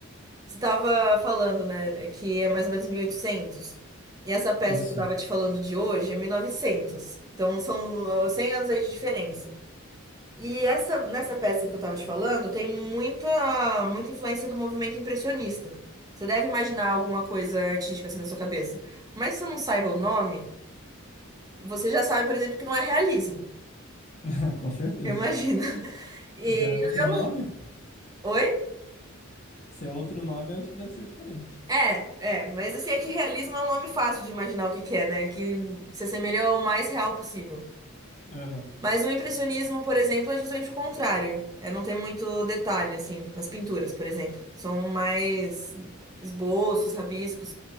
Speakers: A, on the right; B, on the left.
A: Você estava falando, né, que é mais ou menos 1800. E oitocentos. E essa peça
B: isso.
A: que eu estava te falando de hoje é 1900. Então são uh, 100 anos aí de diferença. E essa nessa peça que eu estava te falando tem muita muita influência do movimento impressionista. Você deve imaginar alguma coisa artística assim na sua cabeça. Por mais que você não saiba o nome, você já sabe, por exemplo, que não é realismo.
B: <laughs> Com certeza.
A: Imagina. <laughs> E
B: Já é outro
A: eu não
B: nome?
A: Oi?
B: Se é outro nome, eu acho que deve ser diferente.
A: É, é, mas assim, é que realismo é um nome fácil de imaginar o que que é, né? Que se assemelha ao mais real possível.
B: Aham.
A: Mas o impressionismo, por exemplo, é justamente o contrário. É não ter muito detalhe, assim, nas pinturas, por exemplo. São mais esboços, rabiscos.